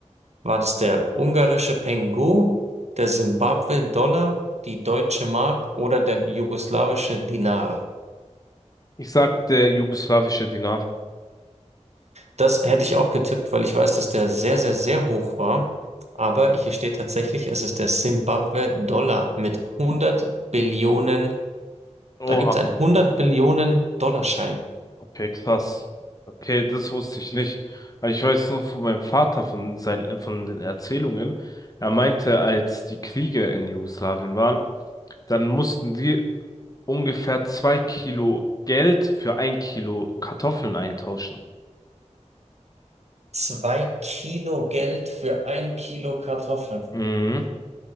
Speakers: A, on the right; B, on the left.
A: War das der ungarische Pengo, der Simbabwe-Dollar, die deutsche Mark oder der jugoslawische Dinar?
B: Ich sag der jugoslawische Dinar.
A: Das hätte ich auch getippt, weil ich weiß, dass der sehr, sehr, sehr hoch war. Aber hier steht tatsächlich, es ist der Simbabwe-Dollar mit 100 Billionen
B: Oha,
A: Da gibt's einen hundert Billionen Dollarschein.
B: okay, krass. Okay, das wusste ich nicht. Aber ich weiß nur von meinem Vater, von seinen, von den Erzählungen. Er meinte, als die Kriege in Jugoslawien waren, dann mussten die ungefähr zwei Kilo Geld für ein Kilo Kartoffeln eintauschen.
A: Zwei Kilo Geld für ein Kilo Kartoffeln.
B: Mhm.